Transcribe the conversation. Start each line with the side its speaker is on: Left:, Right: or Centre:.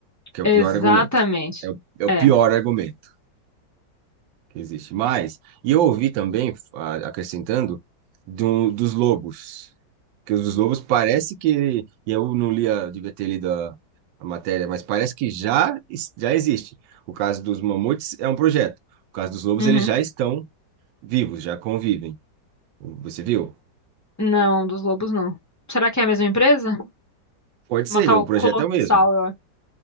Right: que é
Left: Exatamente.
Right: o pior argumento. É o, é o
Left: É.
Right: pior argumento. que existe. Mas, e eu ouvi também, a- acrescentando, do, dos lobos. Que os lobos parece que, e eu não li, a- devia ter lido a, a matéria, mas parece que já, es- já existe. O caso dos mamutes é um projeto. O caso dos lobos,
Left: Uhum.
Right: eles já estão vivos, já convivem. Você viu?
Left: Não, dos lobos não. Será que é a mesma empresa?
Right: Pode
Left: Uma
Right: ser,
Left: tal
Right: o projeto
Left: Colossal,
Right: é o mesmo.
Left: eu acho.